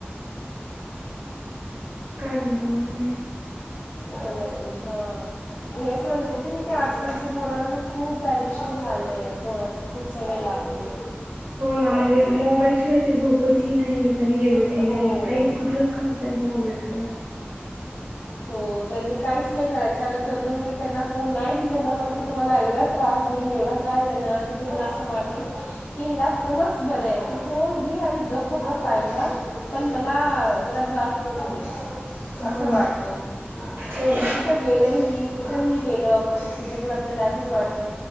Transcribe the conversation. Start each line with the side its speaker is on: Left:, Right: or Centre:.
Right: काय म्हणता मग आणि
Left: हॅल हा मी हेच म्हणत होते की मी आजकालच्या पोराला ना खूप ऍडिक्शन झालंय फोनाचा खूप सवय लागलीय
Right: हो ना म्हणजे मोबाईलशिवाय ते झोपतही नाही आणि जेवत
Left: हो.
Right: नाही काहीच कुठेचल त्यांचं मग बश
Left: हो त्यांनी काहीच नाही करायचं अग तुम्ही त्यांना फोन नाही दिले ना मग ते तुम्हाला एवढा त्रास देईन एवढा त्रास देणार की तुम्हाला असं वाटेल की ह्याला फोनच बर आहे तू फोन घे आणि गप्प बस साईडला पण मला मला त्रास नको दे असं
Right: हो ना
Left: वाट कुठ
Right: हो.
Left: गेल ह कुठही गेल आपण तिथ पण आपल्याला कुठे कुठे गेलही कुठे ही गेल आपण तीते पण आपल्याला असंच वाटत,